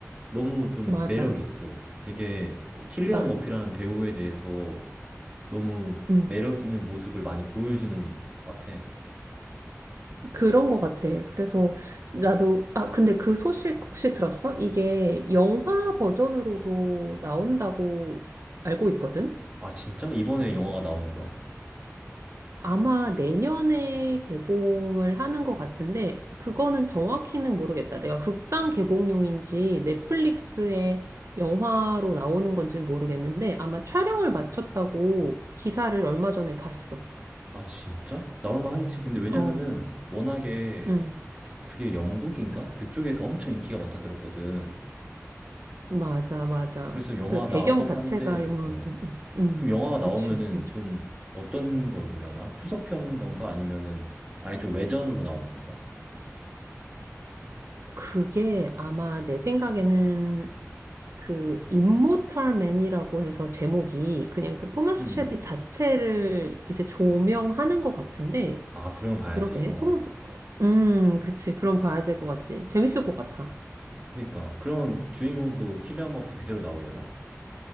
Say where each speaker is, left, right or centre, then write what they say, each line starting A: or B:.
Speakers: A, on the right (about 25°); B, on the right (about 65°).
A: 너무 좀
B: 맞아.
A: 매력 있어. 되게 킬리안
B: 맞아.
A: 머피라는 배우에 대해서 너무
B: 응.
A: 매력 있는 모습을 많이 보여주는 것 같아.
B: 그런 것 같아. 그래서 나도, 아, 근데 그 소식 혹시 들었어? 이게 영화 버전으로도 나온다고 알고 있거든?
A: 아 진짜? 이번에 영화가 나오는 거야?
B: 아마 내년에 개봉을 하는 것 같은데, 그거는 정확히는 모르겠다. 내가 극장 개봉용인지 넷플릭스에 영화로 나오는 건지는 모르겠는데, 아마 촬영을 마쳤다고 기사를 얼마 전에 봤어.
A: 아 진짜? 나올만 하겠지. 근데 왜냐면은
B: 어,
A: 워낙에
B: 음.
A: 그게 영국인가? 그쪽에서 엄청 인기가 많다 들었거든.
B: 맞아, 맞아.
A: 그래서 영화
B: 그 배경
A: 나올 법한데,
B: 자체가 영화지.
A: 어.
B: 음, 음,
A: 그럼 영화가
B: 그치,
A: 나오면은
B: 맞아.
A: 좀 어떤 걸그려나 후속편인 건가? 아니면은 아예 좀 외전으로 나오는 건가?
B: 그게 아마 내 생각에는 그 임모탈 맨이라고 해서 제목이 그냥 그 토마스
A: 음.
B: 쉘비
A: 음.
B: 자체를 이제 조명하는 것 같은데
A: 아, 그러면 봐야지.
B: 그러게
A: 어.
B: 토마스
A: 어.
B: 어, 음 그치 그럼 봐야 될 것 같지 재밌을 것 같아
A: 그러니까 그러면 주인공도 킬리안 머피 그대로 나오려나?